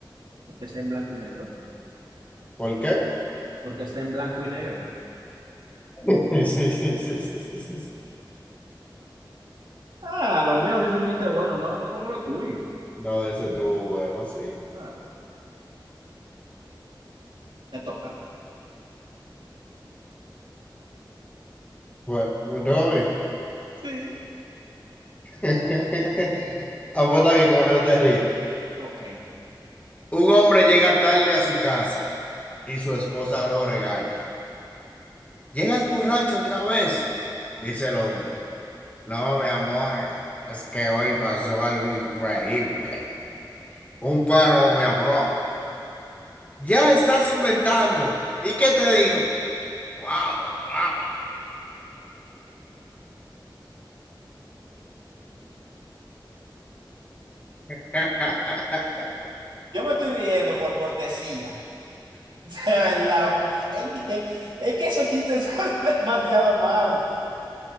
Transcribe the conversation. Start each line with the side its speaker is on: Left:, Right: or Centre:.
Right: porque está en blanco y negro,
Left: ¿Por qué?
Right: porque está en blanco y negro.
Left: <laughs> Sí, sí, sí, sí, sí, sí.
Right: Ah, los míos sí son chistes buenos, ¿no? Como los tuyos.
Left: No, ese estuvo bueno, sí.
Right: Claro, te toca.
Left: Bueno, me tengo a mí.
Right: Sí.
Left: <laughs> Apuesta que con él te ríes.
Right: Ok.
Left: Un hombre llega tarde a su casa y su esposa lo regaña. ¿Llegas borracho otra vez? Dice el hombre. No, mi amor, es que hoy pasó algo increíble. Un perro me habló. Ya estás inventando. ¿Y qué te dijo? Wow, wow. <laughs>
Right: Yo me estoy riendo por cortesía, <laughs> de verdad, porque es que, es que esos chistes <laughs> son demasiado malos.